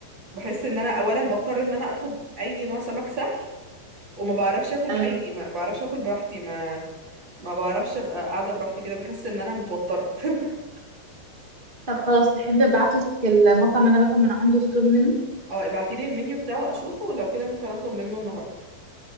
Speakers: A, on the right (about 25°); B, on the right (about 60°).
A: بحس ان انا اولا بضطر ان انا اطلب اي نوع سمك سهل وما بعرفش اكل
B: ايوه
A: باي ما بعرفش اكل براحتي ما ما بعرفش ابقى قاعدة براحتي كده بحس ان انا متوترة <laughs>
B: طب خلاص تحب ابعتلك المطعم اللي انا باكل من عنده تطلبي منه
A: اه ابعتيلي المنيو بتاعه اشوفه ولو كده ممكن اطلب منه النهاردة